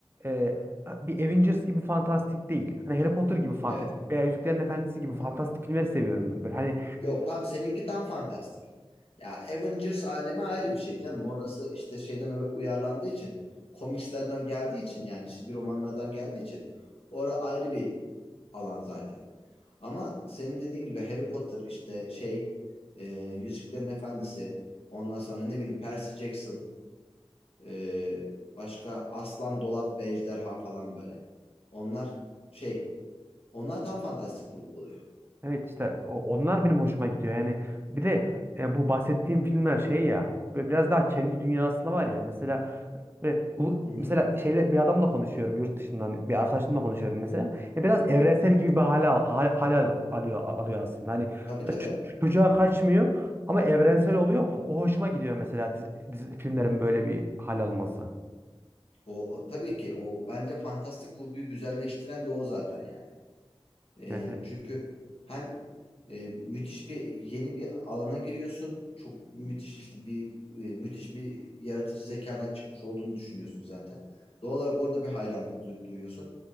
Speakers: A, on the right; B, on the left.
A: e, bir Avengers gibi fantastik
B: Hı hı.
A: değil. Hani Harry Potter gibi fantastik
B: Evet.
A: veya Yüzüklerin Efendisi gibi
B: Hı hı.
A: fantastik filmleri seviyorum ben. Böyle hani
B: Yok tam seninki tam fantastik. Ya Avengers alemi ayrı bir şey canım. Orası işte şeyden u- uyarlandığı için, komikslerden geldiği için yani çizgi romanlardan geldiği için orası ayrı bir alan zaten. Ama senin dediğin gibi Harry Potter işte şey e, Yüzüklerin Efendisi ondan sonra ne bileyim Percy Jackson e, başka Aslan Dolap ve Ejderha falan böyle. Onlar şey onlar tam fantastik kurgu oluyor.
A: Evet işte o- onlar benim hoşuma gidiyor. Yani bir de e, bu bahsettiğim filmler şey ya böyle biraz daha kendi dünyasında var ya. Mesela böyle ulu-
B: Hı hı.
A: mesela şeyle bir adamla konuşuyorum yurt dışından bir arkadaşımla konuşuyorum mesela. Ya biraz evrensel gibi bir hale al- hal- hale al- alıyor alıyor aslında. Hani
B: Tabii tabii.
A: ç- çocuğa kaçmıyor ama evrensel oluyor. O hoşuma gidiyor mesela dizi, dizi- filmlerin
B: Hı hı.
A: böyle bir hal alması.
B: O o tabii ki o bence fantastik kurguyu güzelleştiren de o zaten yani. E,
A: Evet.
B: çünkü hem e, müthiş bir yeni bir alana giriyorsun. Çok müthiş işte bir e, müthiş bir yaratıcı zekadan çıkmış olduğunu düşünüyorsun zaten. Doğal olarak orada bir hayranlık du- duyuyorsun.